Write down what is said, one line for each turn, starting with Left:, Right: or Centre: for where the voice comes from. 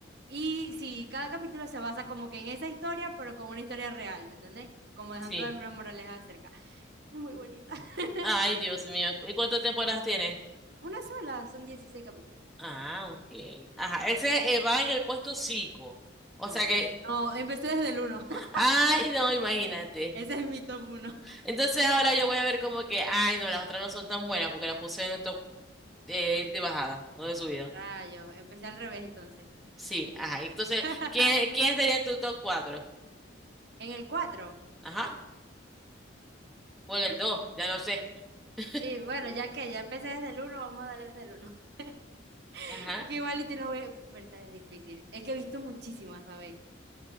Right: Y sí, cada capítulo se basa como que en esa historia, pero con una historia real, ¿me entendés? Como dejando
Centre: Sí.
Right: alguna moraleja acerca. Es muy bonita. <laughs>
Centre: Ay, Dios mío. ¿Y cuántas temporadas tiene?
Right: Una sola, son 16 capítulos.
Centre: Ah, ok. Ajá, ese eh, va en el puesto cinco, O
Right: No,
Centre: sea que,
Right: es... no, empecé desde el uno <laughs>
Centre: ay, no, imagínate.
Right: Ese es mi top uno
Centre: Entonces ahora yo voy a ver como que, ay, no, las otras no son tan buenas porque las puse en el top eh, de bajada o de subida.
Right: Rayos, empecé al revés entonces.
Centre: Sí, ajá. Entonces,
Right: <laughs>
Centre: ¿quién, quién sería en tu top 4?
Right: En el 4.
Centre: Ajá. O en el 2, ya no sé. <laughs>
Right: sí, bueno, ya que ya empecé desde el uno vamos a darle desde el uno <laughs>
Centre: Ajá.
Right: Es que igual y te lo voy a... Pero tal es difícil. Es que he visto muchísimas, ¿sabéis?